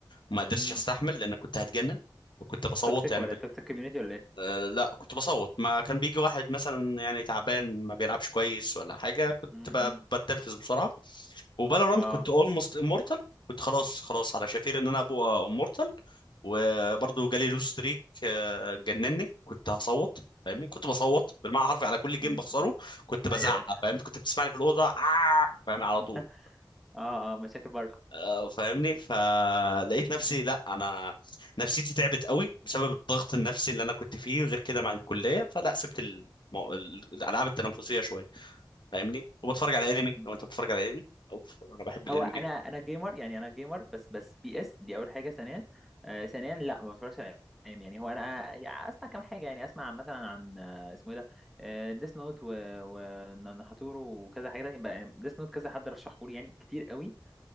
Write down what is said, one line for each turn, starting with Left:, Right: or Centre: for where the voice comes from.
Left: ما قدرتش
Centre: امم
Left: استحمل لان كنت هتجنن وكنت بصوت
Centre: توكسيك
Left: يعني
Centre: ولا توكسيك كوميونيتي ولا ايه
Left: آه، لا كنت بصوت ما كان بيجي واحد مثلا يعني تعبان ما بيلعبش كويس ولا حاجة كنت
Centre: أمم.
Left: ب-
Centre: أمم.
Left: بتنرفز بسرعة وفالورانت
Centre: اه
Left: كنت اولموست امورتال كنت خلاص خلاص على شفير ان انا ابقى امورتال وبرضه جالي لوس ستريك آه، جنني كنت هصوت فاهمني كنت بصوت بالمعنى الحرفي على كل جيم
Centre: أمم.
Left: بخسره كنت بزعق
Centre: ايوه ايوه
Left: فاهمني كنت بتسمعني في الأوضة آه فاهم على
Centre: <laughs>
Left: طول
Centre: اه اه مشاكل بره
Left: آه، فاهمني فلقيت نفسي لا انا نفسيتي تعبت قوي بسبب الضغط النفسي اللي انا كنت فيه غير كده مع الكليه فلا سبت المو... الالعاب التنافسيه شويه فاهمني وبتفرج على انمي
Centre: أمم.
Left: لو انت بتتفرج على انمي اوف انا بحب الانمي
Centre: هو انا
Left: جدا
Centre: انا جيمر يعني انا جيمر بس بس بي اس دي اول حاجه ثانيا آه ثانيا لا ما بتفرجش على انمي يعني هو انا يعني اسمع كام حاجه يعني اسمع مثلا عن آه، اسمه ايه ده آه ديس نوت وناتورو وكذا حاجه تانية بقى ديس نوت كذا حد رشحه لي يعني كتير قوي